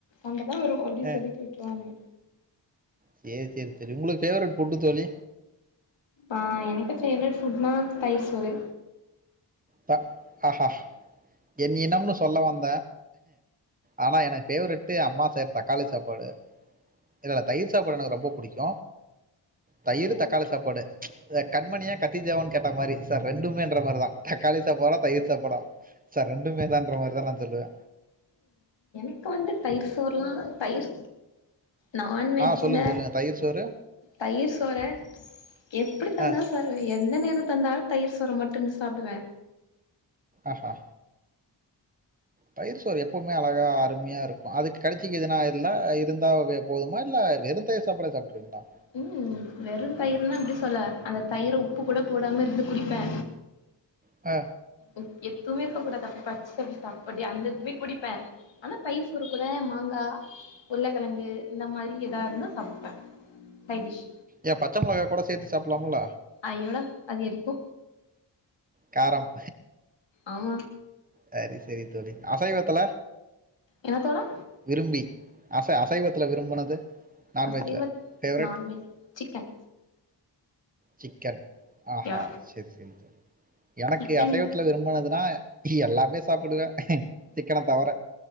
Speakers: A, on the left; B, on the right.
A: ஒன்ட்டதா வரு அப்டின்னு
B: அ
A: சொல்லிட்டு விட்டுருவாங்க
B: சேர் சேர் தோழி உங்களுக்கு ஃபேவரெட் ஃபுட்டு தோழி
A: ஆ எனக்கு ஃபேவரெட் ஃபுட்னா தயிர்சோறு
B: த ஆஹா என் இனம்னு சொல்ல வந்த ஆனா எனக் ஃபேவரெட்டு அம்மா செய்ற தக்காளி சாப்பாடு இல்லல்ல தயிர் சாப்பாடு எனக்கு ரொம்போ புடிக்கு தயிர்
A: நோ
B: தக்காளி சாப்பாடு அ கண்மணியா கத்திஜாவான்னு கேட்டா மாரி சார் ரெண்டுமேன்ற மார்தா தக்காளி சாப்பாடா தயிர் சாப்பாடா சே ரெண்டுமே தான்ற மாரிதா நா சொல்லுவே
A: க்கு வந்து தயிர் சோறுலா தயிர் நான்வெஜ்ல
B: ஆ சொல்லுங்க சொல்லுங்க தயிர் சோறு
A: தயிர் சோற எப்டி தந்தா
B: ஆ
A: தாலு எந்த நேரொ தந்தாலு தயிர் சோற மட்டுந்து சாப்புடுவே
B: ஆஹ தயிர் சோறு எப்பவுமே அழகா அருமையா இருக்கு அதுக்கு கடிச்சிக்கு எதுனா இல்லா இருந்தா வெ போதுமா இல்ல வெறு தயிர் சாப்பாடு சாப்ட்டுருவீங்ளா
A: ம் வெறும் தயிர்னா எப்டி சொல்ல அந்த தயிர உப்பு கூட போடாம இருந்து குடிப்பே
B: ஆ
A: உப் எதுவுமே இருக்க கூடாது அப்பய பச்ச அப்டி சாப்புடி அந்த இதுவுமே குடிப்பே ஆனா தயிர் சோறு கூட மாங்கா உருளைக்கெழங்கு இந்த மாரி எதா இருந்தா சாப்டுவே சைடிஸ்
B: ஏ பச்ச மொளகாய் கூட சேத்து சாப்பலாம்ல
A: அயோடா அது எரிக்கு
B: காரம்
A: ஆமா
B: சரி செரி தோழி அசைவத்துல
A: என்ன தோழா
B: விரும்பி அச அசைவத்துல விரும்புனது நான்வெஜ்ல
A: அசைவ
B: ஃபேவரெட்
A: நான்வெஜ் சிக்கன்
B: சிக்கன் ஆஹா
A: யா
B: சரி சரி தோழி எனக்கு
A: சிக்கன்
B: அசைவத்துல விரும்புனதுன்னா இ எல்லாமே சாப்புடுவே அ சிக்கன தவர